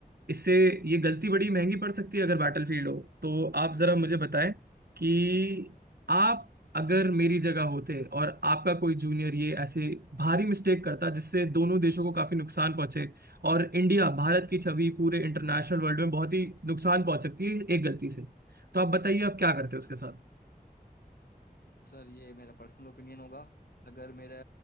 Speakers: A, on the right; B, on the left.
A: इससे ये गलती बड़ी महंगी पड़ सकती है अगर बैटलफील्ड हो तो आप
B: यस
A: जरा मुझे बताएं कि आप अगर मेरी जगह होते और आपका कोई जूनियर ये ऐसे भारी मिस्टेक करता जिससे दोनों देशों को काफी नुकसान पहुंचे और इंडिया भारत की छवि पूरे इंटरनेशनल वर्ल्ड में बहुत ही नुकसान पहुंच सकती है एक गलती से तो आप बताइए आप क्या करते उसके साथ
B: सर ये मेरा पर्सनल ओपिनियन होगा अगर मेरा